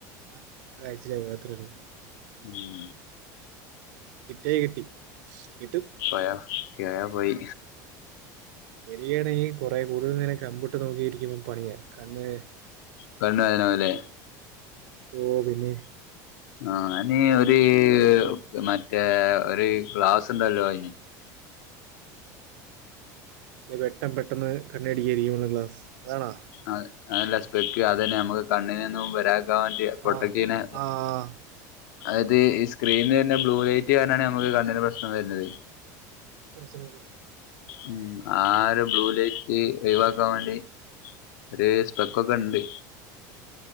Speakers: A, on the right; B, on the left.
A: ആഹ് ആഴ്ചില് മാത്രെരു
B: ഉം
A: കിട്ടിയ കിട്ടി കിട്ടും
B: പോയ ഗയാ പോയി
A: എനിക്കാണെങ്കി കൊറേ കൂടുതൽ നേരം കമ്പ്യൂട്ടറ് നോക്കി ഇരിക്കുമ്പം പണിയ കണ്ണ്
B: പെണ്ണയ്നാവല്ലേ
A: ഓ പിന്നെ
B: ആഹ് നി ഒര്
A: ഫു,
B: മറ്റേ ഒരു ക്ലാസ് ഉണ്ടല്ലോ അയ്ന്
A: അല്ലെ വേട്ടം പെട്ടെന്ന് കണ്ണടിക്കാരിക്കുള്ള ക്ലാസ് അതാണോ
B: അത് അതല്ല സ്പെക്ക്യു അതന്നെ നമ്മുക്ക് കണ്ണിന് ഒന്നും വരാ ഇരിക്കൻ വേണ്ടി പ്രോട്ക്ട്
A: ആഹ്
B: ചെയ്യ്ണെ
A: ആഹ്
B: അത് ഈ സ്ക്രീനിന്ന് ബ്ലൂ ലൈറ്റ് കാരണാണ് നമ്മുക്ക് കണ്ണിന് പ്രശ്നം വരുന്നത്
A: പ്രശ്നമാ
B: ഉം ആ ഒരു ബ്ലൂ ലൈറ്റ് ഒഴിവാക്കാൻ വേണ്ടി ഒരു സ്ട്രകക്കെ ഒണ്ട്